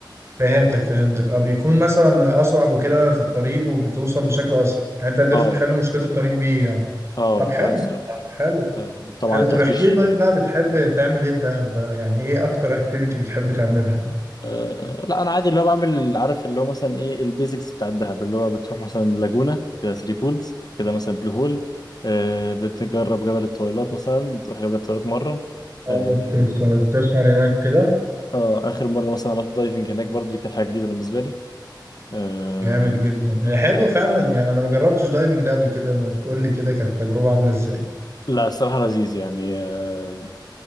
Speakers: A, on the right (about 35°); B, on the left (about 55°).
A: فهمتك فهمتك اه بيكون مثلا اسرع وكده في الطريق وبتوصل بشكل اسرع يعني انت قدرت
B: اه
A: تحل مشكله الطريق بيه يعني
B: اه
A: طب حلو
B: لا الصراحه
A: حلو
B: آه، طبعا
A: حلو
B: التفتيش
A: طب احكي لي طيب بقى بتحب تعمل ايه في دهب بقى يعني ايه اكتر اكتيفيتي بتحب تعملها
B: آه، لا انا عادي اللي هو بعمل عارف اللي هو مثلا ايه البيزكس بتاع الدهب اللي هو بتروح مثلا لاجونا كده ثري بولز كده مثلا بلو هول آه، بتجرب جبل الطويلات مثلا تروح جبل الطويلات مره
A: اه
B: اه
A: بتسهر بتسهر هناك كده
B: آه، اخر مره مثلا عملت دايفنج هناك برضو دي كانت حاجه جديده بالنسبه لي آه،
A: جامد جدا هي حلو فعلا يعني انا ما جربتش دايفنج ده قبل كده ما تقول لي كده كانت التجربه عامله ازاي
B: لا الصراحه لذيذ يعني آه،